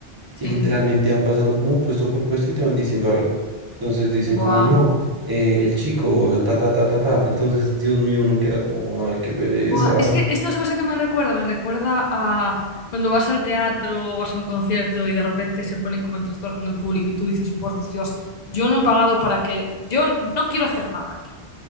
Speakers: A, on the left (about 55°); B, on the right (about 25°).
A: sí.
B: y literalmente van pasando como puesto por puesto y te van diciendo algo. Entonces dicen
A: Buah.
B: como, no, eh, el chico, ta, ta, ta, ta, ta. Entonces, Dios mío, uno queda como, ay, qué pereza.
A: Buah, es que esto, ¿sabes a qué me recuerda? Me recuerda a cuando vas al teatro o vas a un concierto y de repente se ponen como en tractor con el público y tú dices, por Dios, yo no he pagado para que. Yo no quiero hacer nada aquí.